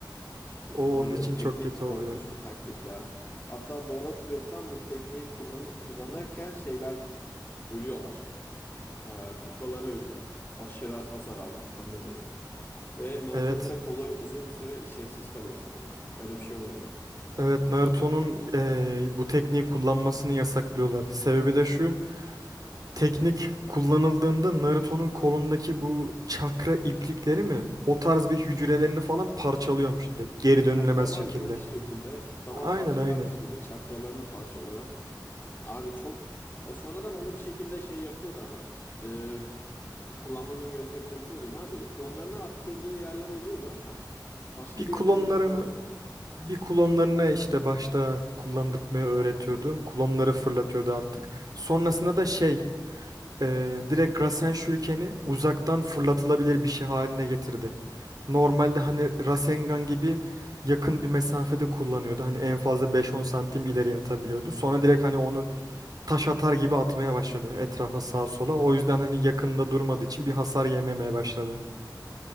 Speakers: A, on the right (about 55°); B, on the left (about 25°).
A: O
B: abi
A: onun için
B: o teknik
A: çok kötü
B: korkunç
A: oluyor.
B: bir taktik ya. Hatta doğru hatırlıyorsam bu tekniği kullan kullanırken şeyler ölüyorlar. e, kuklaları ölüyor. Aşırı hasar almaktan dolayı. Ve Naruto'nun
A: Evet.
B: da kolu uzun bir süre işlevsiz kalıyor sanırım. Öyle bir şey oluyordu.
A: Evet Naruto'nun eee, bu tekniği kullanmasını yasaklıyorlar. Sebebi de şu. Teknik kullanıldığında Naruto'nun kolundaki bu çakra iplikleri mi? O tarz bir hücrelerini falan parçalıyormuş direkt. Geri dönülemez
B: Ya damar
A: şekilde.
B: gibi bir şekilde damar
A: Aynen
B: parçalarmış
A: aynen.
B: gibi çakralarını parçalıyor. Abi çok o sonradan onu bir şekilde şey yapıyordu ama e, kullanmanın yöntemini buluyordu. Ne yapıyordu? Klonlarını attırdığı yerler oluyordu ama başka
A: Bir klonlarını
B: bir yöntemi daha vardı.
A: Bir klonlarını işte başta kullandırtmayı öğretiyordu. Klonları fırlatıyordu artık. Sonrasında da şey e, direkt Rasen Shuriken'i uzaktan fırlatılabilir bir şey haline getirdi. Normalde hani Rasengan gibi yakın bir mesafede kullanıyordu. Hani en fazla beş on santim ileriye atabiliyordu. Sonra direkt hani onu taş atar gibi atmaya başladı etrafa sağa sola. O yüzden hani yakında durmadığı için bir hasar yememeye başladı.